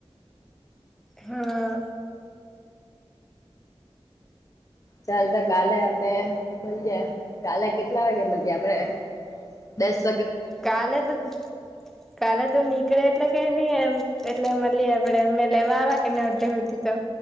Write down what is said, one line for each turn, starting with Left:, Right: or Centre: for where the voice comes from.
Centre: હા
Left: ચાલ તો કાલે આપડે મળીજયા કાલે કેટલા વાગે મળીજયા આપડે બસ
Centre: કાલે તો કાલે તો નીકળે એટલે કે નહ એમ એટલે મળીએ આપડે એ લેવાવા કેને અધી તો